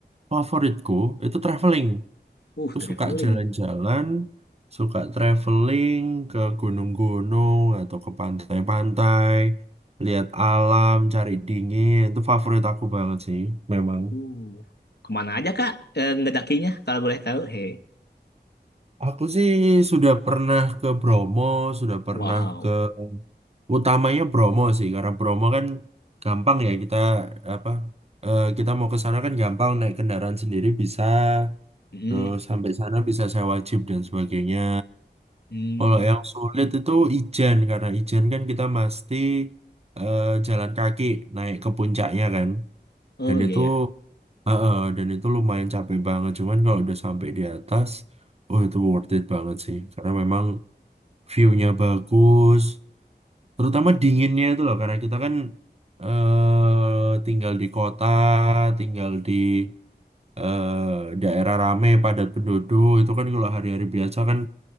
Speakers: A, on the right; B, on the left.
A: favoritku itu traveling.
B: Uh,
A: Aku
B: traveling.
A: suka jalan-jalan, suka traveling ke gunung-gunung atau ke pantai-pantai, lihat alam, cari dingin. Itu favorit aku banget sih, memang.
B: Uh, kemana aja Kak eh, ngedakinya kalau boleh tahu? He,
A: Aku sih sudah pernah ke Bromo, sudah pernah
B: wow.
A: ke utamanya Bromo sih, karena Bromo kan gampang ya kita apa eh, kita mau ke sana kan gampang naik kendaraan sendiri bisa,
B: Mm,
A: terus sampai sana bisa sewa jeep dan sebagainya.
B: mm.
A: Kalau yang sulit itu Ijen karena Ijen kan kita mesti eh, jalan kaki naik ke puncaknya kan,
B: Oh
A: dan
B: iya
A: itu
B: ya,
A: Heeh, dan itu lumayan capek banget. Cuman kalau udah sampai di atas, oh itu worth it banget sih. Karena memang view-nya bagus. Terutama dinginnya itu loh. Karena kita kan eh tinggal di kota, tinggal di eh, daerah rame, padat penduduk. Itu kan kalau hari-hari biasa kan,